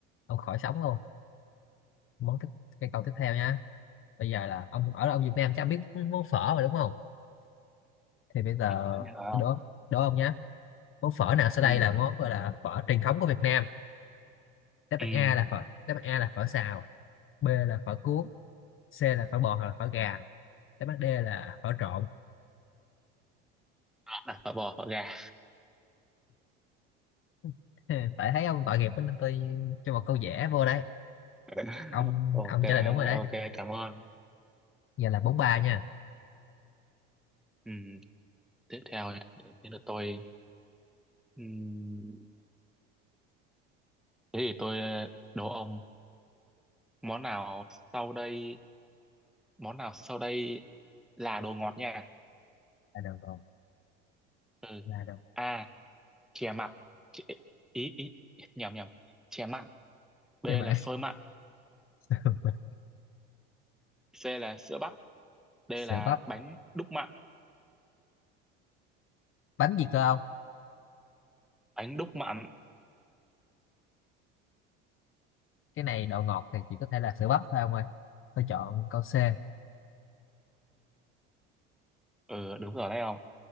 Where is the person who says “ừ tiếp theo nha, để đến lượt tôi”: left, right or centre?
Centre